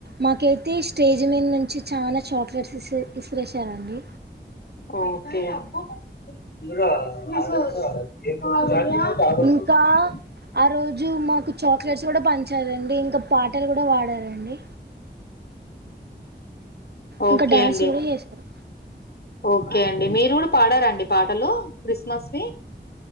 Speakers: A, on the right; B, on the left.
A: మాకైతే స్టేజ్ మీద నుంచి చాలా చాక్లెట్స్ ఇ ఇసుకరేేశారండి
B: ఓకే <unintelligible>
A: ఇంకా ఆ రోజు మాకు చాక్లెట్స్ కూడా పంచారండి ఇంకా పాటలు కూడా పడారండి ఇంకా
B: ఓకే
A: డ్యాన్స్
B: అండి
A: కూడా చేశారు
B: ఓకే అండి మీరు కూడా పాడారండి పాటలు క్రిస్మస్ వి